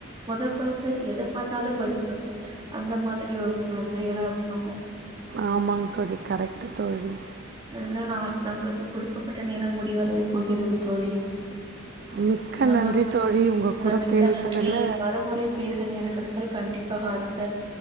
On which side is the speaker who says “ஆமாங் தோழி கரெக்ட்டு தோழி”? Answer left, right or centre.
Right